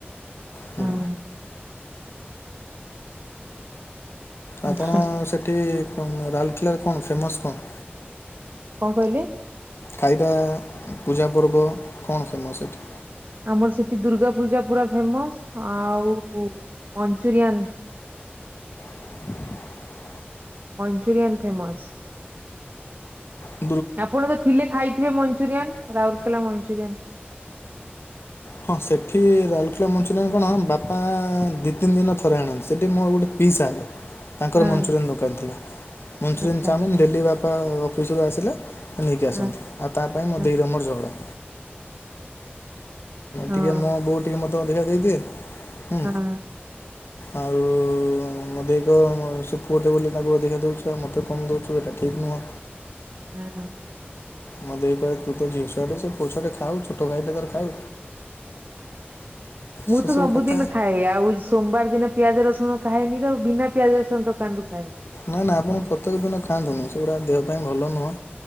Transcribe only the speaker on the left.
ହୁଁ
ଆପଣ
ସେଠି ରାଉଲ୍କେଲାରେ କଣ ଫେମସ୍ କଣ?
ଖାଇବା ପୂଜା ପର୍ବ କଣ ଫେମସ୍ ସେଠି?
<inaudible>
ହୁଁ
ହଁ ସେଠି ରାଉରକେଲା ମଞ୍ଚୁରିଆନ୍ କଣ ବାପା ଦିଇ ତିନି ଦିନ ରେ ଥରେ ଆଣନ୍ତି। ସେଠି ମଁ ଆଉ ଗୋଟେ ପିଈସା ହେବେ। ତାଙ୍କର
ମଞ୍ଚୁରିଆନ୍ ଦୋକାନ ଥିଲା ମଞ୍ଚୁରିଆନ୍
ଚାଓମିିନ୍ ଡେଲି ବାପା ଅଫିସିରୁ ଆସିଲେ ବାପା ନେଇକି
ଆସନ୍ତି ଆଉ ତା ପାଇଁ ମୋ
ଦେଇ ର ମୋର ଝଗଡ଼ା।
ଟିକେ ମୋ ବୋଉ ଟିକେ ମୋତେ ଅଧିକା ଦେଇଦିଏ ହୁଁ।
ଆଉ ମୋ ଦେଇ କଇବ ସେ ପୁଅଟେ ବୋଲି ତାଙ୍କୁ ଅଧିକା ଦଉଚି ଆଉ ମୋତେ କମ୍ ଦଉଚି ଏଇଟା ଠିକ୍ ନୁହଁ।
ମୋ ଦେଇକି କଇବ ତୁତ ଝିଅ ଛୁଆ ଟେ ସେ ପୁଅ ଛୁଆ ଟେ ସେଖାଉ ଛୋଟ ଭାଇଟେ ତୋର ଖାଉ।
ସେସବୁ
କଥା
ନା ନା ଆପଣ ପ୍ରତ୍ୟେକ ଦିନ ଖାଆନ୍ତୁନି ସେଗୁଡ଼ା ଦେହ ପାଇଁ ଭଲ ନୁହଁ